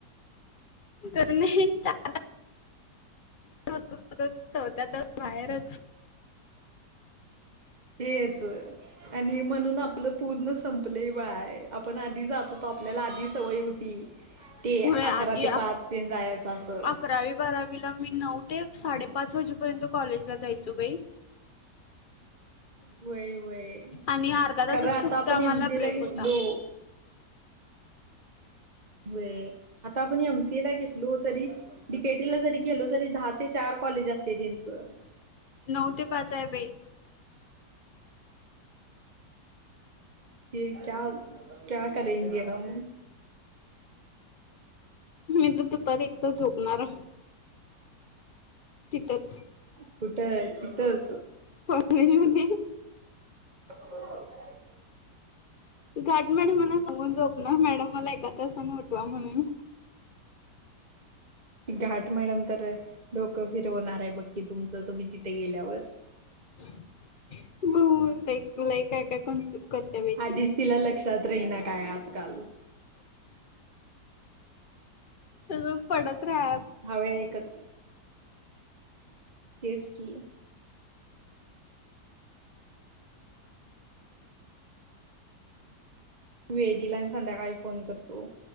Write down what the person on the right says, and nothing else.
तेच आणि म्हणून आपलं पूर्ण संपलंय बाय आपण आधी जात होतो आपल्याला आधी सवय होती ते अकरा
ते
पाच तेन जायचं असं
<inaudible> व्हय व्हय
खरं आता
आपण
एमसीए
ला घेतलो
होय आता आपण एमसीए ला घेतलो तरी डीकेटीला जरी गेलो तरी दहा ते चार कॉलेज असतय त्यांचं
फिर क्या क्या करेगे हम
कुठं तिथंच
<unintelligible>
घाट मॅडम तर अ डोकं फिरवणार आहे बघकी तुमचं तुम्ही तिथ गेल्यावर
आधीच
तिला लक्षात राहीना काय आजकाल
दहा वेळा एकच तेच की वेदीला आणि संध्याकाळी फोन करतो.